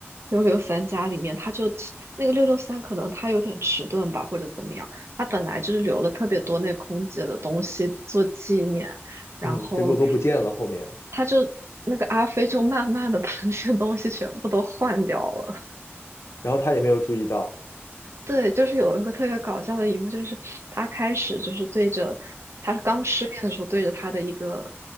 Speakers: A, on the right (about 75°); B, on the left (about 80°).
A: 六六三家里面，他就迟那个六六三可能他有点迟钝吧，或者怎么样，他本来就是留了特别多那空姐的东西做纪念，然后
B: 嗯，结果都不见了后面，
A: 他就那个阿飞就慢慢的把那些东西全部都换掉了。
B: 然后他也没有注意到，
A: 对，就是有一个特别搞笑的一幕，就是他开始就是对着他刚失恋的时候，对着他的一个